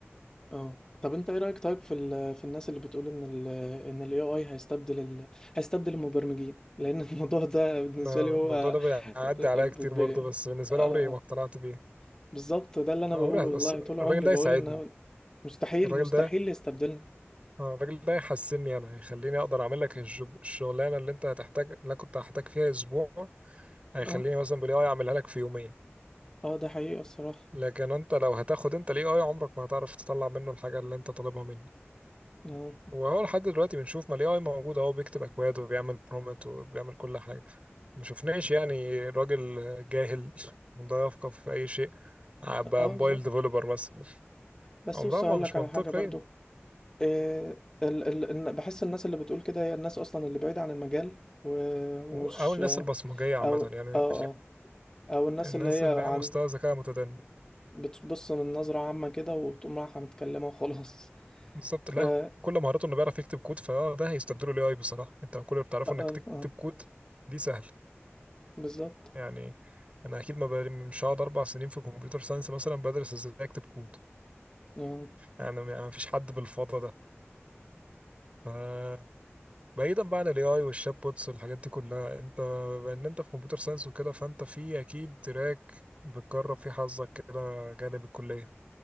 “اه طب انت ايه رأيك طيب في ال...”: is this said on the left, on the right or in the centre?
Left